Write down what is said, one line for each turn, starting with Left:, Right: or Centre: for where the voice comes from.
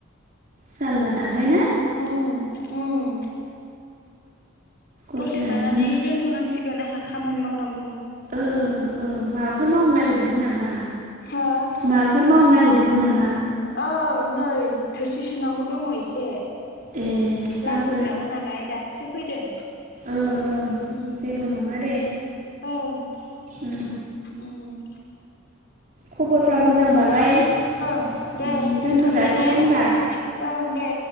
Right: जाललाथारहाय ना
Left: उम उम दसे
Right: घटनायानो
Left: थानानै दोनथ'नांसिगोन आहा खामानि मावनां
Right: ओं ओं माबाफोर मावनो नागिरदोंमोन नामा
Left: हो
Right: माबाफोर मावनो ना <unintelligible> दोंमोन नामा?
Left: ओं नै थोरसि सुनांगौ दङ' एसे
Right: ए जागोन
Left: लाइनबो गैयामोन नालाय दाससो फैदों।
Right: ओं ओं
Left: उमम
Right: जेबो नङा दे
Left: ओं
Right: उम
Left: उम
Right: खबरफ्रा मोजांबालाय
Left: <unintelligible>
Right: उम
Left: दे
Right: दोनथ'
Left: दोनथ'नोसै
Right: जासिगोन
Left: दे
Right: होनबा
Left: ओं दे।